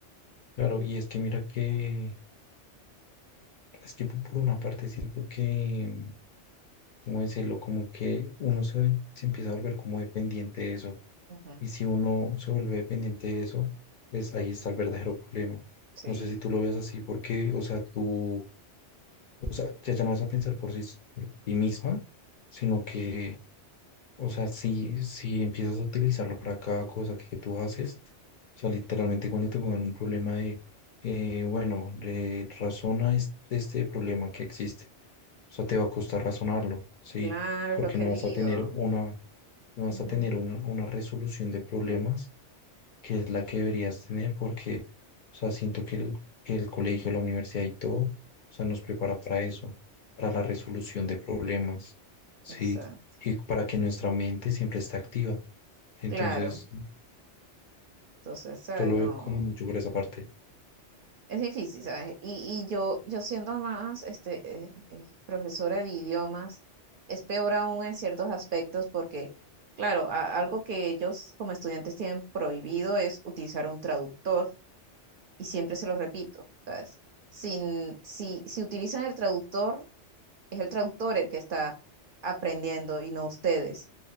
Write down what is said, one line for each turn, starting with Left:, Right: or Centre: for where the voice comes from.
Left: Claro, y es que mira que, es que po- por una parte siento que, ¿cómo decirlo? Como que uno se, ven- se empieza a volver como dependiente de eso.
Right: Ujú,
Left: Y si uno se vuelve dependiente de eso, pues ahí está el verdadero problema.
Right: Sí,
Left: No sé si tú lo veas así, porque, o sea, tú O sea, ya, ya no vas a pensar por sí, por ti misma, sino que, o sea, si, si empiezas a utilizarlo para cada cosa que tú haces, o sea, literalmente cuando te pongan un problema de, eh, bueno, eh, razona este, este problema que existe, o sea, te va a costar razonarlo, ¿sí?
Right: claro, es
Left: Porque
Right: lo que
Left: no
Right: digo.
Left: vas a tener una, no vas
Right: Ujú,
Left: a tener una, una resolución de problemas que es la que deberías tener porque, o sea, siento que el, que el colegio, la universidad y todo, o sea, nos prepara para eso, para la resolución de problemas, ¿sí?
Right: Exacto,
Left: Y para que nuestra mente siempre esté activa. Entonces,
Right: claro. Entonces, ¿sabes?
Left: yo lo
Right: No.
Left: veo como mucho por esa parte.
Right: Es difícil, ¿sabes? Y, y yo, yo siendo más este, eh, eh, profesora de idiomas, es peor aún en ciertos aspectos porque, claro, a- algo que ellos como estudiantes tienen prohibido es utilizar un traductor y siempre se lo repito, ¿sabes? Sin, si, si utilizan el traductor, es el traductor el que está aprendiendo y no ustedes